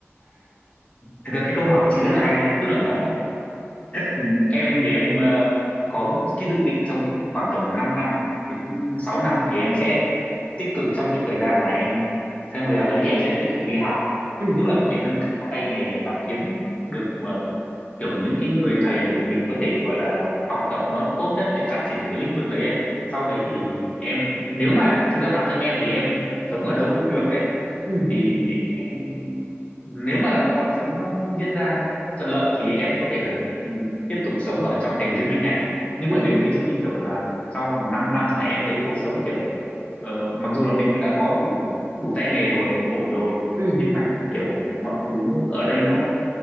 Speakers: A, on the left; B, on the right.
A: thực ra cái câu hỏi của chị rất là hay nha tức là nó Ừ, em thì em ờ, có cái dự định trong khoảng tầm 5 năm đến 6 năm thì em sẽ tích cực trong cái thời gian là em trong thời gian đấy thì em sẽ tích cực đi học
B: ừ
A: tức là để nâng cao tay nghề này và kiếm được mà kiểu những cái người thầy để mình có thể gọi là học tập nó tốt nhất để phát triển ở cái lĩnh vực đấy ấy. Sau đấy thì em nếu mà thực ra bản thân em thì em sống ở đâu cũng được ấy
B: ừ
A: thì em nếu mà mọi thứ nó diễn ra nó thuận lợi thì em có thể là ừm, tiếp tục sống ở trong thành phố Hồ Chí Minh này nhưng
B: ừ
A: mà nếu ví dụ như kiểu là trong vòng 5 năm mà em thấy cuộc sống kiểu ờ, mặc dù là mình đã có đủ đủ tay nghề rồi mình ổn rồi
B: ừ
A: nhưng mà kiểu mọi thứ ở đây nó